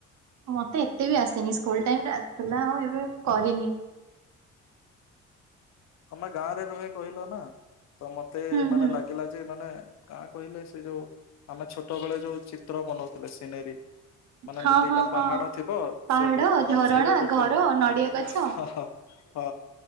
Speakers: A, on the right (about 65°); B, on the left (about 60°).
A: ମତେ ଏତେବି ଆସେନି ସ୍କୁଲ୍ ଟାଇମରେ ଆସୁଥିଲା ଆଉ ଏବେ ମୁ କରିନି।
B: ତମେ ଗାଁରେ ରୁହେ କହିଲନା ତ ମତେ
A: ହୁଁ
B: ମାନେ
A: ହୁଁ।
B: ଲାଗିଲା ଯେ ମାନେ ଗାଁ କହିଲେ ସେ ଯୋଉ ଆମେ ଛୋଟ ବେଳେ ଯୋଉ ଚିତ୍ର ବନଉଥିଲେ ସିନେରୀ ମାନେ
A: ହଁ
B: ଏମିତି ଦିଟା
A: ହଁ ହଁ
B: ପାହାଡ଼ ଥିବ
A: ପାହାଡ
B: ସେ ଭି ମଝିରୁ
A: ଝରଣା
B: ଗୋଟେ
A: ଘର ନଡିଆ ଗଛ।
B: ହା ହା ହଁ